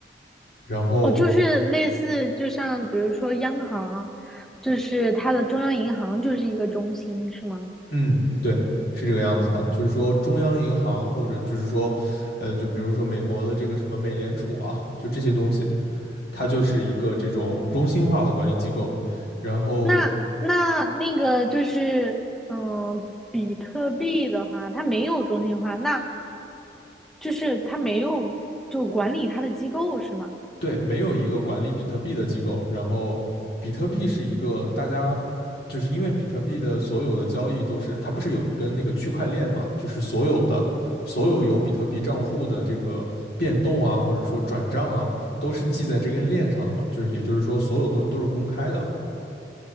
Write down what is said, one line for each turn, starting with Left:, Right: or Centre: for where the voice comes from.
Left: 然后，
Centre: 哦，就是类似，就像比如说央行，就是它的中央银行就是一个中心，是吗？
Left: 嗯，对，是这个样子的，就是说中央银行或者就是说，呃，就比如说美国的这个什么美联储啊，就这些东西。它就是一个这种中心化的管理机构，
Centre: 哦，
Left: 然后
Centre: 那那那个就是，嗯，比特币的话，它没有中心化，那就是它没有就管理它的机构，是吗？
Left: 对，没有一个管理比特币的机构，然后比特币是一个大家就是因为比特币的所有的交易都是它不是有一根那个区块链嘛，就是所有的所有有比特币账户的这个变动啊，或者说转账啊，都是记在这根链上的嘛，就是也就是说所有东西都是公开的，